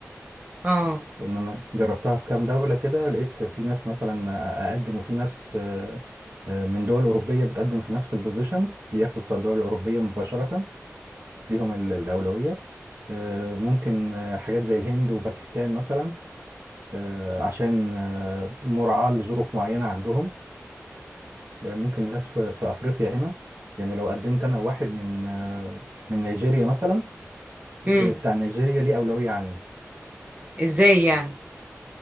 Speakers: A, on the right (about 30°); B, on the right (about 70°).
A: اه
B: ان انا جربتها في كام دولة كده لقيت في ناس مثلا اقدم وفي ناس آه، آه، من دول أوروبية بتقدم في نفس البوزيشن بياخدوا بتوع الدول الأوروبية مباشرة ليهم ال- الأولوية آه، ممكن آه، حاجات زي الهند وباكستان مثلا آه، عشان آه، مراعاة لظروف معينة عندهم يعني ممكن ناس في في افريقيا هنا يعني لو قدمت انا واحد من آه، من نيجيريا مثلا
A: امم
B: آه، بتاع نيجيريا ليه اولويه عني
A: ازاي يعني